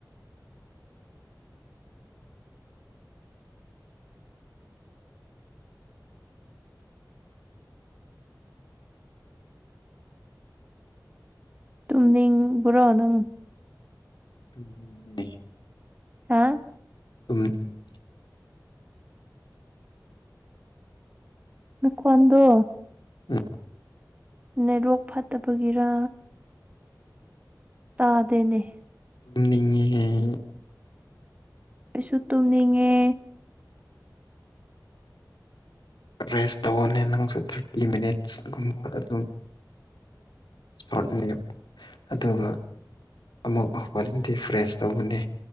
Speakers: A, on the right; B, on the left.
A: ꯇꯨꯝꯅꯤꯡꯕ꯭ꯔꯣ ꯅꯪ
B: ꯎꯝ
A: ꯍꯥ
B: ꯀꯃꯅꯤ
A: ꯀꯋꯥꯗꯨ
B: ꯎꯝ
A: ꯅꯦꯠꯋꯣꯛ ꯐꯠꯇꯕꯒꯤꯔ ꯇꯥꯗꯅꯦ
B: ꯉ
A: ꯀꯩꯁꯨ ꯇꯨꯝꯅꯤꯡꯉꯦ
B: ꯔꯦꯁ ꯇꯧꯧꯕꯅꯦ ꯅꯪꯁꯨꯦ ꯊꯥꯔꯇꯤ ꯃꯤꯅꯤꯠꯁꯀꯨꯝꯕ ꯑꯗꯨꯝ ꯁꯣꯔꯠꯅꯦꯞ ꯑꯗꯨꯒ ꯑꯃꯨꯛ ꯃꯗꯤ ꯐ꯭ꯔꯦꯁ ꯇꯧꯕꯅꯦ